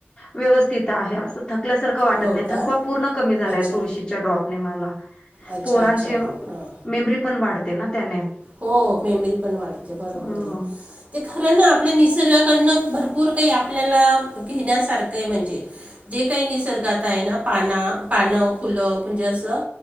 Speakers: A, on the left; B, on the right.
A: व्यवथ आहे अस थल्यासार वाटत
B: हो
A: नाही
B: का?
A: थकवा पूर्ण कमी झालाय
B: अच्छा.
A: तुळशी ड्रॉप मला
B: अच्छा,
A: पोरांची
B: अच्छा. हां.
A: मेमरी पण वाढते ना त्याने
B: हो मेमरी पण वाढते बरोबर
A: हो
B: आहे ते खरं ना आपल्या निसर्गाकडनं भरपूर काही आपल्याला घेण्यासारखं आहे म्हणजे जे काही निसर्गात आहे ना पाना पानं फुलं म्हणजे असं